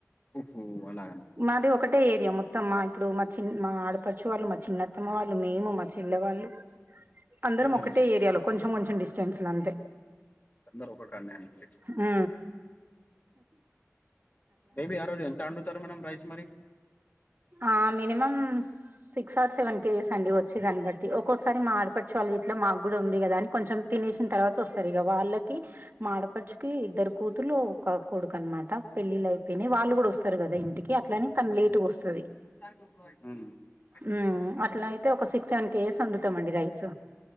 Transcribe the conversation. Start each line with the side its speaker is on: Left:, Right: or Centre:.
Left: ఓహో అలాగనా
Right: మాది ఒకటే ఏరియా మొ త్తమ్మా ఇప్పుడు మా చి మా ఆడపడుచు వాళ్ళు మా చిన్నత్తమ్మ వాళ్ళు మేము మా చెల్లె వాళ్ళు అందరం
Left: ఉహు
Right: ఒకటే ఏరియాలో కొంచెం కొంచెం డిస్టెన్స్ల అంతే
Left: అందరూ ఒక కాలినా అండీ
Right: ఉ
Left: బేబీ ఆ రోజు ఎంత అండుతారు మేడం రైస్ మరి
Right: ఆ minimum six or seven case అండి వచ్చే దాని బట్టి ఒక్కొసారి మా ఆడపడుచు వాళ్ గిట్ల మాకు కూడా ఉంది కదా అని కొంచెం తినేసిన తర్వాత వస్తారు ఇక వాళ్ళకి మా ఆడపడుచుకి ఇద్దరు కూతులు ఒక కొడుకు అనమాట పెళ్ళిళ అయిపోయినా వాళ్ళు కూడా వస్ స్తారు కదా ఇంటికి అట్లని తను లేటుగస్తది
Left: <unintelligible>
Right: ఉ అట్లా అయితే ఒక సిక్స్ సెవెన్ కేజెస్ వండుతామండి రైస్